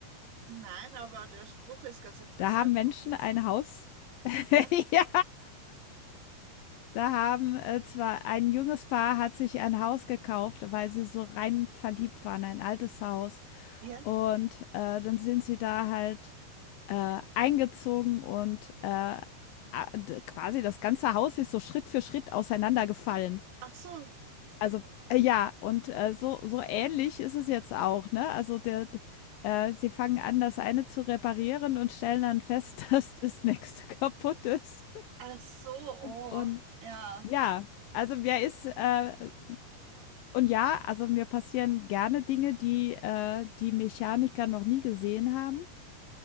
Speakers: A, on the right; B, on the left.
A: Nein, aber der Spruch ist ganz interessant.
B: Da haben Menschen
A: Worum geht's
B: ein
A: denn?
B: Haus <laughs>
A: Ja?
B: ja, da haben, äh, zwar ein junges Paar hat sich ein Haus gekauft, weil sie so rein verliebt waren, ein altes Haus.
A: Ja?
B: Und, äh, dann sind sie da halt, äh, eingezogen und, äh, a d quasi das ganze Haus ist so Schritt für Schritt auseinandergefallen.
A: Ach so,
B: Also, äh, ja, und, äh, so so ähnlich ist es jetzt auch, ne? Also, der d äh, sie fangen an, das eine zu reparieren und stellen dann fest, <laughs> dass das nächste kaputt ist.
A: ach so, oh,
B: Und
A: ja.
B: ja, also, mir ist, äh und ja, also, mir passieren gerne Dinge, die, äh, die Mechaniker noch nie gesehen haben.